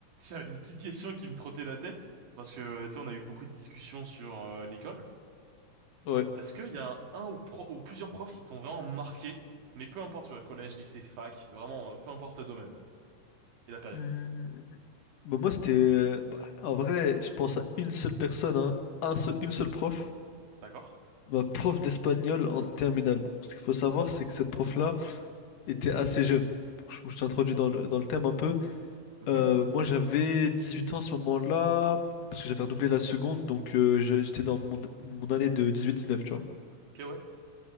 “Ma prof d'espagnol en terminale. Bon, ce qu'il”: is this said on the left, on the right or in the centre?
Left